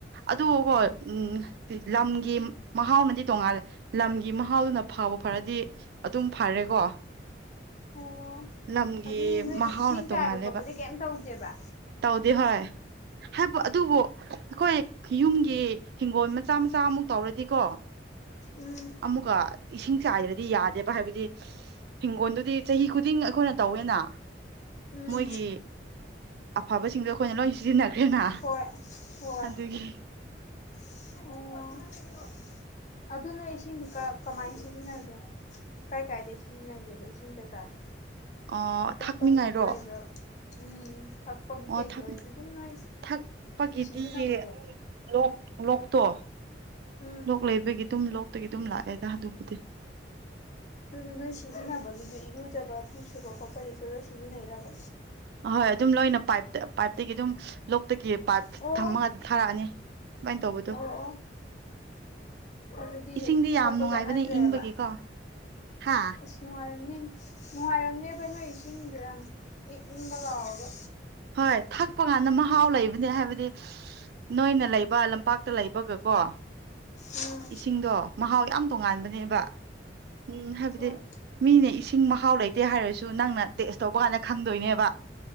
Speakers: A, on the right; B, on the left.
A: ꯑꯗꯨꯀꯣ ꯎꯝ ꯂꯝꯒꯤ ꯃꯍꯥꯎꯅꯗꯤ ꯇꯣꯡꯉꯥꯜꯂꯦ ꯂꯝꯒꯤ ꯃꯍꯥꯎꯗꯨꯅ ꯐꯥꯕ ꯐꯥꯔꯗꯤ ꯑꯗꯨꯝ ꯐꯔꯦꯀꯣ
B: ꯑꯣ
A: ꯂꯝꯒꯤ
B: ꯑꯗꯨꯗꯤ ꯅꯣꯏꯗꯤ
A: ꯃꯍꯥꯎꯅ
B: ꯏꯁꯤꯡ ꯆꯥꯏꯕ
A: ꯇꯣꯡꯉꯥꯜꯂꯦꯕ
B: ꯈꯣꯠꯄꯗꯤ ꯀꯩꯝ ꯇꯧꯗꯦꯕ
A: ꯇꯧꯗꯦ ꯍꯣꯏ ꯍꯥꯏꯕ ꯑꯗꯨꯕꯨ ꯑꯩꯈꯣꯏ ꯌꯨꯝꯒꯤ ꯍꯤꯡꯒꯣꯜ ꯃꯆꯥ ꯃꯆꯥ ꯑꯃꯨꯛ ꯇꯧꯔꯗꯤꯀꯣ
B: ꯎꯝ
A: ꯑꯃꯨꯛꯀ ꯏꯁꯤꯡ ꯆꯥꯏꯗ꯭ꯔꯗꯤ ꯌꯥꯗꯦꯕ ꯍꯥꯏꯕꯗꯤ ꯍꯤꯡꯒꯣꯜꯗꯨꯗꯤ ꯆꯍꯤ ꯈꯨꯗꯤꯡ ꯑꯩꯈꯣꯏꯅ ꯇꯧꯋꯦꯅ
B: ꯎꯝ
A: ꯃꯣꯏꯒꯤ ꯑꯐꯥꯕꯁꯤꯡꯗꯨ ꯑꯩꯈꯣꯏꯅ ꯂꯣꯏ ꯁꯤꯖꯤꯟꯅꯈ꯭ꯔꯦꯅ
B: ꯍꯣꯏ ꯍꯣꯏ
A: ꯑꯗꯨꯒꯤ
B: ꯑꯣ ꯑꯗꯨꯅꯣꯏ ꯏꯁꯤꯡꯗꯤ ꯀꯃꯥꯏꯅ ꯁꯤꯖꯤꯟꯅꯒꯦ ꯀꯥꯏ ꯀꯥꯏꯗꯒꯤ ꯁꯤꯖꯤꯟꯅꯒꯦꯕ ꯏꯁꯤꯡ ꯀꯩꯀꯥꯗ
A: ꯑꯣ
B: ꯍꯦꯟꯄꯝꯒꯨꯝꯕ
A: ꯊꯥꯛꯅꯤꯡꯉꯥꯏꯔꯣ
B: ꯂꯩꯕ꯭ꯔꯣ ꯎꯝ ꯊꯛꯄꯒꯤ
A: ꯑꯣ
B: ꯀꯩꯒꯤ
A: ꯊꯥꯛ
B: ꯑꯣꯏꯔꯁꯨ ꯑꯗꯨꯝ ꯅꯣꯏ
A: ꯊꯛꯄꯒꯤꯗꯤ
B: ꯁꯤꯖꯤꯟꯅꯕꯗꯣ
A: ꯑꯗꯨꯝ ꯂꯣꯛ ꯂꯣꯛꯇꯣ
B: ꯎꯝ
A: ꯂꯣꯛ ꯂꯩꯕꯒꯤ ꯑꯗꯨꯝ ꯂꯣꯛꯇꯒꯤ ꯑꯗꯨꯝ ꯂꯥꯛꯑꯦꯗ ꯑꯗꯨꯕꯨꯗꯤ
B: ꯑꯗꯨꯗ ꯅꯣꯏ ꯁꯤꯖꯤꯟꯅꯕꯒꯤꯁꯨ ꯏꯔꯨꯖꯕ ꯐꯤ ꯁꯨꯕ ꯈꯣꯠꯄꯒꯤ ꯑꯗꯨ ꯂꯣꯏ ꯁꯤꯖꯤꯟꯅꯩꯔꯕ
A: ꯑꯍꯣꯏ ꯑꯗꯨꯝ ꯂꯣꯏꯅ ꯄꯥꯏꯞꯇ ꯄꯥꯏꯞꯇꯒꯤ ꯑꯗꯨꯝ ꯂꯣꯛꯇꯒꯤ ꯄꯥꯏꯞ
B: ꯑꯣ
A: ꯊꯝꯃꯒ ꯊꯥꯔꯛꯑꯅꯤ ꯀꯃꯥꯏꯟ ꯇꯧꯕꯇꯨ
B: ꯑꯧ ꯑꯣ ꯑꯗꯨꯗꯤ
A: ꯏꯁꯤꯡꯗꯤ
B: ꯁꯣꯛꯄ
A: ꯌꯥꯝ ꯅꯨꯉꯥꯏꯕꯅꯦ
B: ꯆꯠꯅꯗ꯭ꯔꯦꯕ
A: ꯏꯪꯕꯒꯤꯀꯣ ꯍꯥ
B: ꯅꯨꯉꯥꯏꯔꯝꯅꯤ ꯅꯨꯉꯥꯏꯔꯝꯅꯦꯕ ꯅꯣꯏ ꯏꯁꯤꯡꯗꯨ ꯌꯥꯝ ꯏꯪ ꯏꯪꯒꯥ ꯂꯥꯎꯔꯒ
A: ꯍꯣꯏ ꯊꯛ ꯀꯅꯥ ꯅ‌ꯣꯝꯃ ꯍꯥꯎ ꯂꯩꯕꯅꯦ ꯍꯥꯏꯕꯗꯤ ꯅꯣꯏꯅ ꯂꯩꯕ ꯂꯝꯄꯥꯛꯇ ꯂꯩꯕꯒ ꯀꯣ
B: ꯎꯝ
A: ꯏꯁꯤꯡꯗꯣ ꯃꯍꯥꯎ ꯌꯥꯝ ꯇꯣꯉꯥꯟꯕꯅꯦꯕ ꯎꯝ ꯍꯥꯏꯕꯗꯤ
B: ꯍꯣꯏ
A: ꯃꯤꯅ ꯏꯁꯤꯡ ꯃꯍꯥꯎ ꯂꯩꯇꯦ ꯍꯥꯏꯔꯁꯨ ꯅꯪꯅ ꯇꯦꯁ ꯇꯧꯕ ꯀꯥꯟꯗ ꯈꯪꯗꯣꯏꯅꯦꯕ꯫